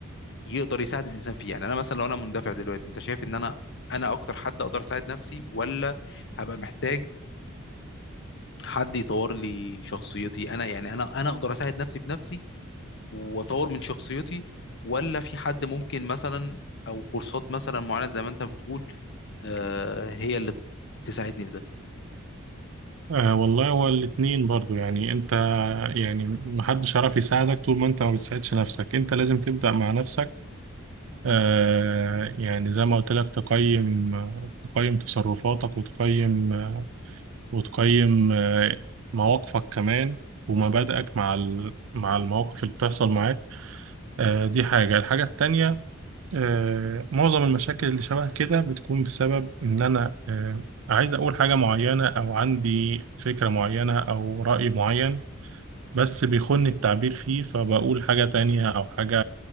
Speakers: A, on the left; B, on the right.
A: يقدر يساعد الانسان فيه يعني انا مثلا لو انا مندفع دلوقتي انت شايف ان انا انا اكتر حد اقدر اساعد نفسي ولا هبقى محتاج حد يطور لي شخصيتي انا يعني انا انا اقدر اساعد نفسي بنفسي واطور من شخصيتي ولا في حد ممكن مثلا او كورسات مثلا معينة زي ما انت بتقول آه هي اللي تساعدني في ده
B: آه والله هو الاثنين برضو يعني انت يعني محدش عارف يساعدك طول ما انت ما بتساعدش نفسك انت لازم تبدأ مع نفسك آه يعني زي ما قلت لك تقيم تقيم تصرفاتك وتقيم وتقيم آه مواقفك كمان ومبادئك مع ال- مع المواقف اللي بتحصل معاك آه دي حاجة الحاجة التانية آه معظم المشاكل اللي شبه كده بتكون بسبب ان انا آه عايز اقول حاجة معينة او عندي فكرة معينة او رأي معين بس بيخن التعبير فيه فبقول حاجة تانية أو حاجة